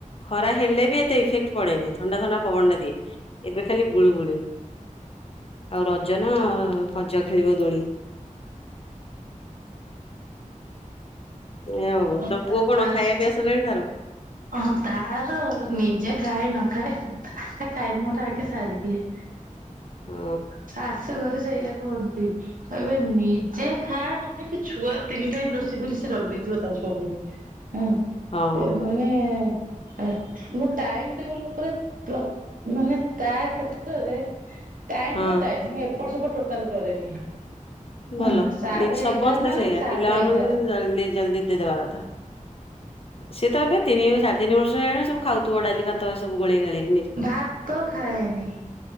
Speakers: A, on the left; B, on the right.
A: ଖରା ହେଲେ ବି ଏତେ ଇଫେକ୍ଟ ପଡେନି ଥଣ୍ଡା ଥଣ୍ଡା ପବନଟା ଦିଏ ଏବେ ଖାଲି ଗୁଳୁ ଗୁଳି ଆଉ ରଜ ନାଁ ଫଜ ଖେଳିବ ଦୋଳି। ଆଉ
B: ରଥଯାତ୍ରା
A: ତମ ପୁଅ କଣ
B: ଆସୁଛି।
A: ଖାଇବା ପିଇବା ସରିଲାଣି ତାର?
B: ହଁ ତାର ନିଜେ ଖାଏ ନ ଖାଏ ତା କାମ ଟା ଆଗେ ସାରିଦିଏ।
A: ହଁ
B: ଶାଶୁଘରେ ସେଇଆା କୁହନ୍ତି। କହିବ ନିଜେ ଖାଆ ନଥାନ୍ତି ଛୁଆର ତିନି ଟାଇମ୍ ରୋଷେଇ କରି ସେ ରଖିଦେଇଥିବ ତା ଛୁଆ ପାଇଁ ହଁ
A: ହଁ
B: ଏମାନେ। ଆଚ୍ଚୋ ମୁଁ ଟାଇମ ଟେବୁଲ ଉପରେ ପ୍ରୋ ମାନେ ତା କ୍ଷେତ୍ରରେ ତା
A: ହଁ।
B: ଟୋଟାଏ ମୁଁ ଏପଟ ସବୁ ଟୋଟାଲ କରେନି।
A: ଭଲ
B: ହଁ ସାଢେ
A: ସମସ୍ତେ
B: ଏଗାର ମାନେ
A: ସେଇଆ
B: ସାଢେ
A: ପିଲାମାନଙ୍କୁ
B: ଏଗାର
A: ଯୋଳଦି। ଜଲଦି ଦେଇ ଦେଇଦବା କଥା ସିଏତ ଏବେ ତିନି ରୁ ସାଢେ ତିନିବର୍ଷ ହେଲାଣି ସବୁ ଖାଉ ଥିବ ଡାଲି ଭାତ ଏସବୁ ଗୋଳେଇ ଗାଳେଇ।
B: ଭାତ ଖାଏନି।